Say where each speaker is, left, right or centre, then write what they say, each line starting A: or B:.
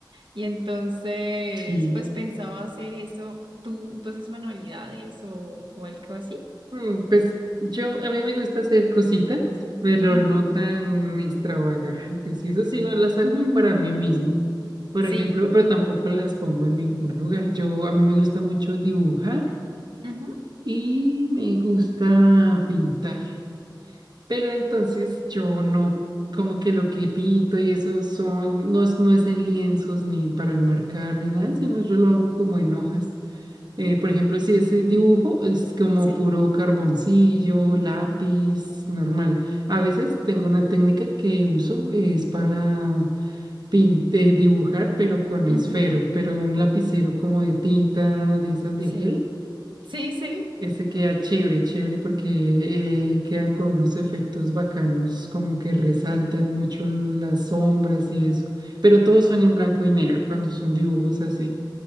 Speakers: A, on the right; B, on the right.
A: Y entonces,
B: Sí.
A: pues pensaba hacer eso. ¿Tú, tú haces manualidades o, o algo así?
B: Mm, Pues yo, a mí me gusta hacer cositas, pero
A: Ujú.
B: no tan extravagantes. Y eso sí, no las hago
A: <laughs>
B: para mí mismo. Por
A: Sí.
B: ejemplo, pero tampoco las pongo en ningún lugar. Yo, a mí me gusta mucho dibujar
A: Ujú,
B: y me gusta pintar. Pero entonces yo no, como que lo que pinto y eso son, no, es- no es en lienzos ni para enmarcar ni nada, sino yo lo hago como en hojas. Eh, por ejemplo, si ese dibujo es como
A: Sí.
B: puro carboncillo, lápiz, normal. A veces tengo una técnica que uso, eh, es para pin- eh, dibujar, pero con
A: Ujú,
B: esfero, pero un lapicero como de tinta de esas de
A: Sí.
B: gel.
A: Sí, sí.
B: Ese queda chévere, chévere, porque eh, queda con unos efectos bacanos, como que resaltan mucho las sombras y eso. Pero todos son en blanco y negro cuando son dibujos así.